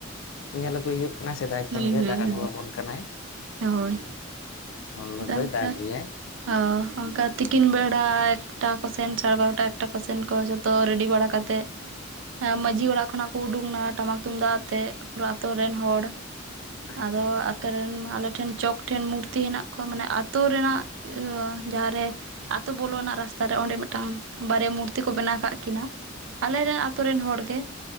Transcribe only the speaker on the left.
ᱧᱮᱞ ᱟᱹᱜᱩᱭ ᱦᱩᱭᱩᱜ ᱠᱟᱱᱟ ᱥᱮᱫᱟᱭ ᱠᱷᱚᱱ
ᱜᱮ
ᱫᱟᱜ
ᱟᱹᱜᱩᱣᱟᱵᱚᱱ ᱠᱟᱱᱟᱭ ᱾
ᱩᱱ ᱦᱤᱞᱚᱜ
ᱫᱚᱭ
ᱫᱟᱜ ᱜᱮᱭᱟᱭ ᱾
ᱟᱪᱪᱷᱟ ᱟᱪᱪᱷᱟ
ᱟᱪᱪᱷᱟ